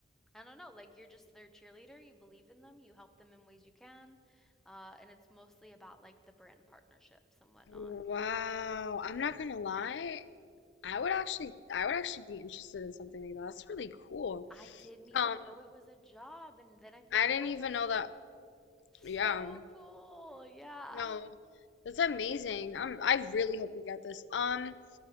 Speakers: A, in the centre; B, on the left.
A: I don't know, like you're just their cheerleader, you believe in them, you help them in ways you can. Uh, and it's mostly about like the brand partnerships and whatnot.
B: Wow. I'm not gonna lie. I would actually I would actually be interested in something like that. That's really cool.
A: I didn't even
B: Um,
A: know it was a job. And then I figured
B: I didn't
A: out
B: even
A: and I was
B: know
A: like,
B: that.
A: so
B: Yeah.
A: cool. Yeah.
B: No. That's amazing. Um, I really hope you get this. Um,